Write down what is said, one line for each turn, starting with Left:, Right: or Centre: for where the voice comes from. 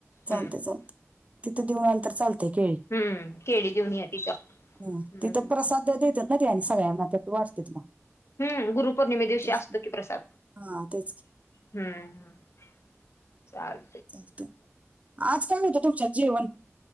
Right: चालत
Left: हम्म
Right: चालत. तिथं देऊन आल तर चालतय केळी.
Left: हम्म केळी देऊन या तिचं
Right: ह,
Left: हम्म
Right: तिथं प्रसाद देतात ना ते आणि सगळ्यांना त्यात वाजते मग,
Left: हम् गुरुपौर्णिमे दिवशी
Right: तेच.
Left: असतो की प्रसाद.
Right: हा तेच!
Left: हम्म हम्म! चाल
Right: चालतंय. आज पण मिळतंय तुमच्या जेवण?